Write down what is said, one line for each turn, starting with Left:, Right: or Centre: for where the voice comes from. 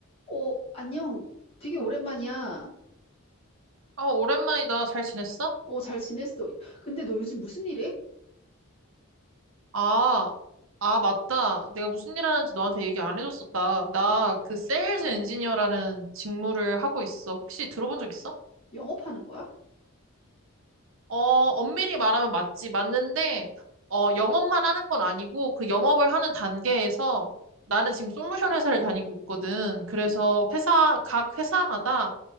Left: 어, 안녕. 되게 오랜만이야.
Right: 아, 오랜만이다. 잘 지냈어?
Left: 어, 잘 지냈어. 근데 너 요즘 무슨 일 해?
Right: 아, 아, 맞다. 내가 무슨 일 하는지 너한테 얘기 안 해줬었다. 나
Left: 응,
Right: 그 세일즈 엔지니어라는 직무를 하고 있어. 혹시 들어본 적 있어?
Left: 영업하는 거야?
Right: 어, 엄밀히 말하면 맞지. 맞는데, 어, 영업만 하는 건 아니고, 그 영업을 하는 단계에서 나는 지금 솔루션 회사를 다니고 있거든. 그래서
Left: 응,
Right: 회사, 각 회사마다